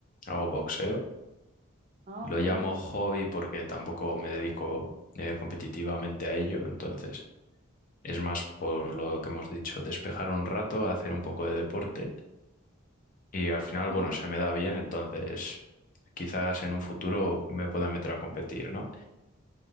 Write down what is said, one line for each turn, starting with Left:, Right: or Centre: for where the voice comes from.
Left: hago boxeo.
Right: Ah,
Left: Lo
Right: ok.
Left: llamo hobby porque tampoco me dedico eh, competitivamente a ello, entonces es más por lo que hemos dicho, despejar un rato, hacer un poco de deporte. Y al final,
Right: Sí,
Left: bueno, se me da bien, entonces quizás en un futuro me pueda meter a competir, ¿no?